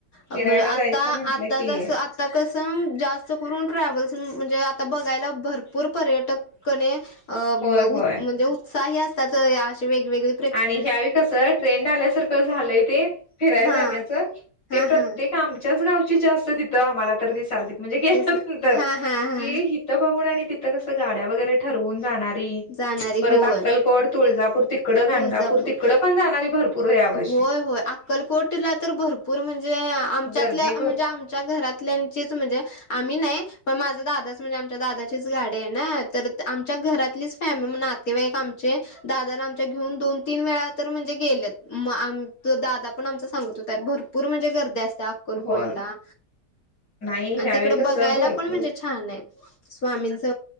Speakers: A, on the left; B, on the left.
A: फिरायला
B: <unintelligible> म्हणजे आता
A: जायचं म्हंटलं
B: आता
A: की
B: जसं आ. आता कसं जास्त करून ट्रॅव्हल्स म्हणजे आता बघायला भरपूर पर्यटक क <unintelligible> अ म्हणजे
A: होय होय
B: उत्साही असतात अे वेगवेगळे
A: आणि ह्यावेळी कसं ट्रेंड आल्यासारखं झालंय ते फिराय
B: हा
A: जाण्याचं.
B: हा
A: ते प्रत्येक
B: हा
A: आमच्याच गावची जास्त तिथं आम्हाला तर दिसालती. म्हणजे केल्या
B: तेच
A: नंतर
B: हा हा हा
A: की हित बघून आणि तिथं कसं गाडा वगैरे ठरवून जाणारी
B: जाणारी
A: परत
B: होय
A: अक्कलकोड तुळजापूर <unintelligible> गाणगापूर
B: तुळजापूर
A: तिकडडे पण जाणारी भरपूर यावर्षी
B: होय होय अक्कलकोटला तर भरपूर म्हणजे आमच्यातल्या
A: गर्दी भर
B: म्हणजे आमच्या घरात त्यातल्याचीच म्हणजे. आम्ही नाही पण माझा दादाच म्हणजे आमच्या दादाचीच गाडे आहे ना तर आमच्या घरातलीच. फॅम <unintelligible> म्हते आमचे दादाला आम ते घेऊन दोन तीन वेळा तर म्हणजे गेल्यात मग आम दादा पण आमचा सांगत होता भर पूर म्हणजे गर्दी असते अक्कलकोटला.
A: हो नाही
B: आणि
A: ह्यावेळी
B: तिकड
A: कसं
B: बघायला
A: भरपूर
B: पण म्हणजे छान आहे स्वामींच.